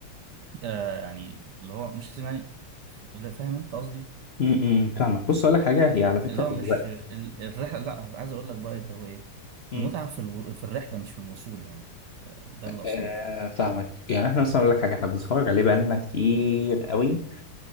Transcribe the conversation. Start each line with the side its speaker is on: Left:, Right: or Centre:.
Right: آه يعني اللي هو مش لازم يعني ف- لا، فاهم أنت قصدي
Left: امم فاهمك بص اقول لك حاجه هي على فكره
Right: اللي هو
Left: دلوقتي
Right: مش ال- الرحلة لأ عايز أقول لك بقى اللي هو إيه
Left: أمم،
Right: المتعة في الو... في الرحلة مش في الوصول يعني آه، ده اللي أقصده
Left: آه فاهمك يعني احنا مثلا اقول لك حاجه احنا بنتفرج عليه بقالنا كتير قوي